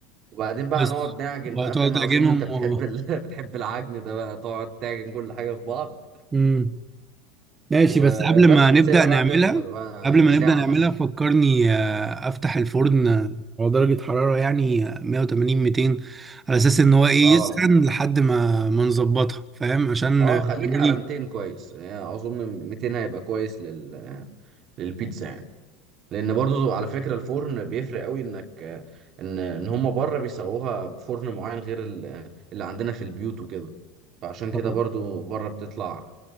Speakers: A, on the right; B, on the right.
A: وبعدين بقى
B: بس
A: هنقعد نعجن
B: وهتقعد
A: بقى فاهم
B: تعجنهم
A: أظن أنت بتحب
B: و...
A: ال... <laughs> بتحب العجن ده بقى تقعد تعجن كل حاجة في بعض
B: امم ماشي
A: وبس
B: بس قبل ما
A: ونسيبها
B: نبدا
A: بقى
B: نعملها
A: تخمر بقى
B: قبل
A: يعني
B: ما
A: ساعة
B: نبدا نعملها
A: مثلا
B: فكرني آه، افتح الفرن آه، على درجه حراره يعني آه، 180 200 على اساس ان هو ايه
A: اه
B: يسخن لحد ما ما نظبطها فاهم عشان
A: اه
B: قالوا
A: خليك على
B: لي
A: 200 كويس يعني أظن 200 هيبقى كويس لل... للبيتزا يعني لان برضو على فكره الفرن بيفرق قوي انك ان ان هم بره بيسووها بفرن معين غير ال- اللي عندنا في البيوت وكده فعشان
B: خلاص
A: كده برضو بره بتطلع